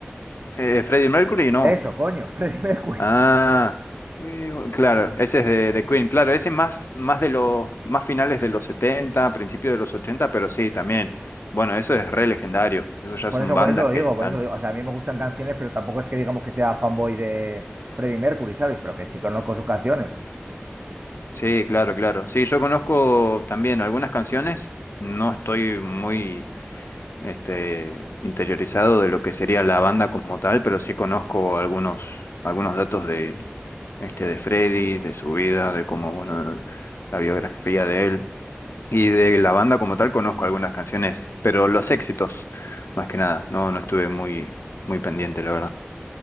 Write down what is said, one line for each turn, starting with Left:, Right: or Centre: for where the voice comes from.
Left: eh, Freddie Mercury, no.
Right: Eso, coño, <laughs> Freddie Mercury.
Left: Ah, we- we- claro, ese es de, de Queen. Claro, ese es más, más de los, más finales de los 70, principios de los 80, pero sí, también. Bueno, eso es re legendario. Eso ya
Right: Por
Left: son
Right: eso,
Left: bandas
Right: por eso lo digo,
Left: que están
Right: por eso lo digo. O sea, a mí me gustan canciones, pero tampoco es que digamos que sea fanboy de Freddie Mercury, ¿sabes? Pero que sí conozco sus canciones.
Left: Sí, claro, claro. Sí, yo conozco también algunas canciones. No estoy muy este, interiorizado de lo que sería la banda como tal, pero sí conozco algunos, algunos datos de, este, de Freddy, de su vida, de cómo, bueno, la biografía de él. Y de la banda como tal conozco algunas canciones, pero los éxitos, más que nada. No, no estuve muy, muy pendiente, la verdad.